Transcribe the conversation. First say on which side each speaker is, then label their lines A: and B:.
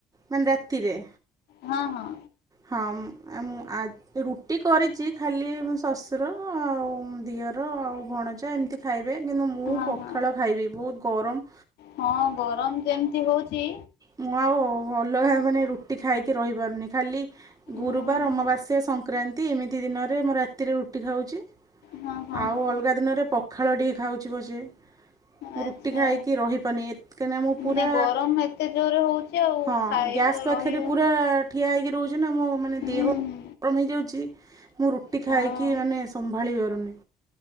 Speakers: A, on the right; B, on the left.
A: ମାନେ ରାତିରେ।
B: ହଁ ହଁ।
A: ହଁ, ହଁ ଆ ମୁଁ ରୁଟି କରିଛି ଖାଲି ଶ୍ୱଶୁର ଆଉ ଦିଅର ଆଉ ଭଣଜା ଏମିତି ଖାଇବେ କିନ୍ତୁ ମୁଁ
B: ହଁ
A: ପଖାଳ
B: ହଁ
A: ଖାଇବି ବହୁତ୍ ଗରମ୍
B: ହଁ ଗରମ ଯେମିତି ହଉଛି
A: ମୁଁ ଆଉ ଅଲଗା ମାନେ ରୁଟି ଖାଇକି ରହିପାରୁନି ଖାଲି ଗୁରୁବାର,
B: ହଁ ହଁ
A: ଅମାବାସ୍ୟା, ସଂକ୍ରାନ୍ତି ଏମିତି ଦିନରେ ମୁଁ ରାତିରେ ରୁଟି ଖାଉଛି।
B: ହଁ ହଁ
A: ଆଉ
B: ହଁ
A: ଅଲଗା ଦିନରେ ପଖାଳଟିିଏ ଖାଉଛିିବସି ଏ। ମୁଁ
B: ଆଚ୍ଛା
A: ରୁଟି ଖାଇକି ରହିପାରୁି ଏ କାହିଁକନା ମୁଁ
B: ମାନେ
A: ପୁରା
B: ଗରମ ଏତେ ଜୋରରେ ହଉଛି ଆଉ
A: ହଁ
B: ଖାଇବା
A: ଗ୍ୟାସ୍ ପାଖରେ
B: ରହି ହଉନି
A: ପୁରା ଠିଆ ହେଇକି ରହୁଛି। ନା ମୋ ମାନେ
B: ହୁଁ
A: ଦେହ
B: ହୁଁ
A: ଗରମ ହେଇଯାଉଛି। ମୁଁ ରୁଟି ଖାଇକି
B: ହଁ
A: ମାନେ ସମ୍ଭାଳି ପାରୁନି।